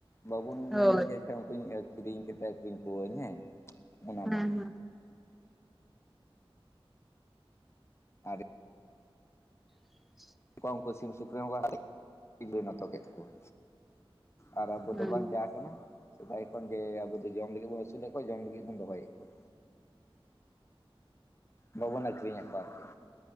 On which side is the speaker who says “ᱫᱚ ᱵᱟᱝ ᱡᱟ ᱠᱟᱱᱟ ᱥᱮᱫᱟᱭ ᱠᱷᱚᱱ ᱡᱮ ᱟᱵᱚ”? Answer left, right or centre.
Left